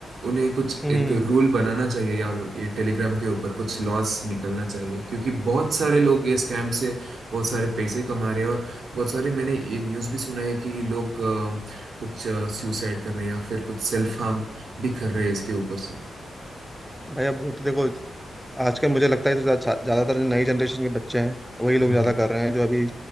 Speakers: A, on the right (about 70°); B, in the centre.
A: उन्हें कुछ
B: हम्म
A: एक रूल बनाना चाहिए या ये टेलीग्राम के ऊपर कुछ लॉस निकलना चाहिए क्योंकि बहुत सारे लोग ये स्कैम से बहुत सारे पैसे कमा रहे हैं और बहुत सारे मैंने ये न्यूज़ भी सुना है कि लोग अ, कुछ सुसाइड कर रहे हैं या फिर कुछ सेल्फ हार्म भी कर रहे हैं इसके ऊपर से
B: भाई अब वो तो देखो आजकल मुझे लगता है तो ज्या- ज्या- ज्यादातर जो नई जनरेशन के बच्चे हैं वही लोग
A: हम्म
B: ज्यादा कर रहे हैं जो अभी